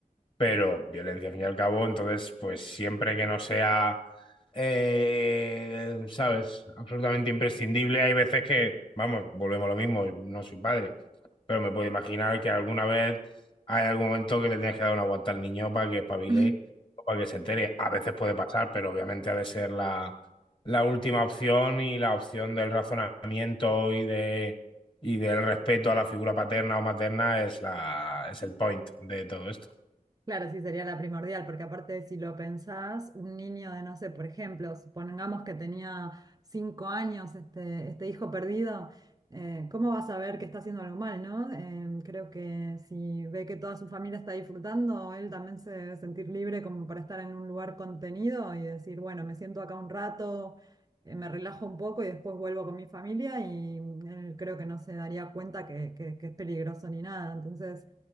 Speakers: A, on the left; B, on the right.
A: pero violencia al fin y al cabo, entonces, pues siempre que no sea, eh, ¿sabes? Absolutamente imprescindible, hay veces que, vamos, volvemos a lo mismo, no soy padre, pero me puedo imaginar que alguna vez hay algún momento que le tienes que dar una aguanta al niño para que espabile
B: <laughs>
A: o para que se entere. A veces puede pasar, pero obviamente ha de ser la, la última opción y la opción del razonamiento y de... Y del respeto a la figura paterna o materna es, la, es el point de todo esto.
B: claro, sí sería la primordial, porque aparte si lo pensás, un niño de, no sé, por ejemplo, supongamos que tenía cinco años este, este hijo perdido, eh, ¿cómo va a saber que está haciendo algo mal, no? Eh, creo que si ve que toda su familia está disfrutando, él también se debe sentir libre como para estar en un lugar contenido y decir, bueno, me siento acá un rato, eh, me relajo un poco y después vuelvo con mi familia y mm, él creo que no se daría cuenta que, que que es peligroso ni nada, entonces...